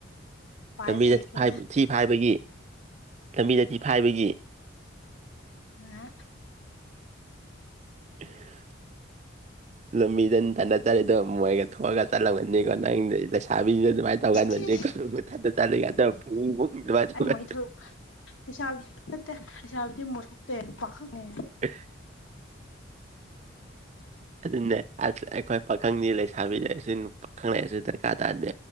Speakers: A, on the left; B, on the right.
A: ꯄꯥꯏꯕ
B: ꯂꯝꯕꯤꯗ
A: ꯍꯩꯇꯦ
B: ꯊꯤ ꯐꯥꯏꯕ ꯊꯤ ꯐꯥꯏꯕꯒꯤ ꯂꯝꯕꯤꯗ ꯊꯤ ꯐꯥꯏꯕꯒꯤ
A: ꯉꯥ
B: <unintelligible> ꯂꯝꯕꯤꯗ ꯑꯗꯨ ꯇꯥꯟꯅꯆꯔꯦꯗꯣ ꯃꯣꯏꯒ ꯊꯣꯛꯑꯒ ꯆꯠꯂꯕꯒꯅꯤꯀꯣ ꯅꯪꯗꯤ ꯂꯩꯁꯥꯕꯤꯗꯣ ꯑꯗꯨꯃꯥꯏꯅ ꯇꯧꯒꯟꯕꯅꯤꯀꯣ
A: ꯁꯤꯁ
B: ꯃꯊꯟꯇ ꯆꯠꯂꯤꯒꯟꯗ ꯄꯨꯡ ꯑꯗꯨꯃꯥꯏꯅ ꯇꯧꯒꯟ
A: ꯑꯩꯅ ꯃꯩꯏ ꯊꯣꯛ ꯂꯩꯁꯥꯕꯤ ꯅꯠꯇꯦ ꯂꯩꯁꯥꯕꯤꯗꯤ ꯃꯣꯏ ꯊꯣꯛꯇꯦ ꯄꯥꯈꯛꯅꯦ
B: ꯑꯦ ꯑꯗꯨꯅꯦ ꯑꯁ ꯑꯩꯈꯣꯏ ꯄꯥꯈꯪꯗꯤ ꯂꯩꯁꯥꯕꯤ ꯂꯩꯁꯨ ꯅꯨꯄꯥ ꯄꯥꯈꯪ ꯂꯩꯔꯁꯨ ꯗꯔꯀꯥꯔ ꯇꯥꯗꯦ